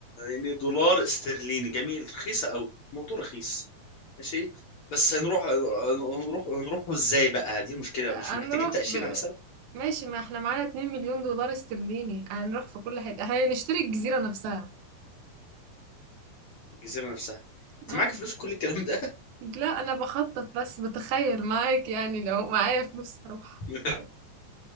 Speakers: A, on the left (about 60°); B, on the right (about 75°).
A: يعني دولار استرليني جميل رخيصه قوي الموضوع رخيص ماشي بس هنروح هنروح هنروح ازاي بقى دي مشكله مش
B: هنروح
A: محتاجين تاشيره
B: ب...
A: مثلا
B: ماشي ما احنا معانا 2 مليون دولار استرليني هنروح في كل حتة هنشتري الجزيرة نفسها
A: الجزيره نفسها انت
B: اه
A: معاك فلوس كل الكلام ده
B: لا انا بخطط بس بتخيل معاك يعني لو معايا فلوس هروح
A: <laughs>
B: عادي